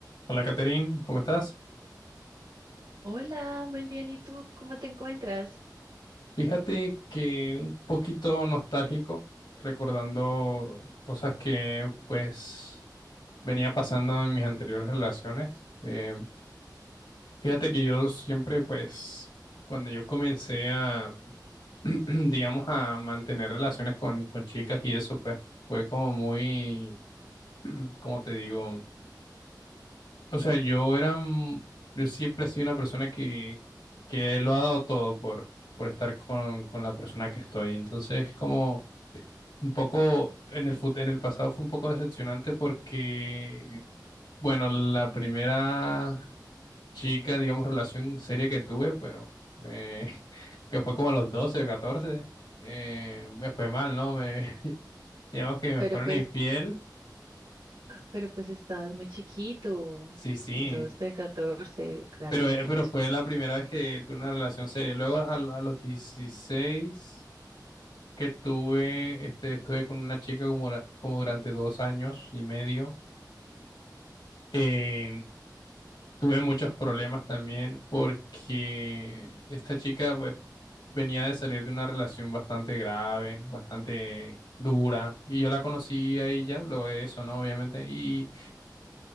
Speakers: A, on the left (about 75°); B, on the right (about 70°).
A: Hola, Catherine, ¿cómo estás?
B: Hola, muy bien. ¿Y tú cómo te encuentras?
A: Fíjate que un poquito nostálgico, recordando cosas que pues venía pasando en mis anteriores relaciones. Eh, fíjate que yo siempre pues cuando yo comencé a, <clears throat> digamos, a mantener relaciones con, con chicas y eso pues fue como muy, como te digo? O sea, yo era, mm, yo siempre he sido una persona que, que lo ha dado todo por, por estar con, con la persona que estoy. Entonces, como un poco en el fut- en el pasado fue un poco decepcionante porque, bueno, la primera chica, digamos, relación seria que tuve, pero eh, <laughs> que fue como a los 12 o 14, eh, me fue mal, ¿no? Me, <laughs> digamos que me
B: Pero
A: fueron
B: pues,
A: infiel.
B: pero pues estabas muy chiquito.
A: Sí, sí.
B: doce, 14, claro,
A: Pero,
B: chiquito.
A: eh, pero fue la primera vez que tuve una relación seria. Luego a, lo- a los 16 que tuve, este, estuve con una chica como, dura- como durante dos años y medio. Eh, tuve muchos problemas también porque esta chica pues, venía de salir de una relación bastante grave, bastante dura. Y yo la conocí a ella luego de eso, ¿no? Obviamente. Y...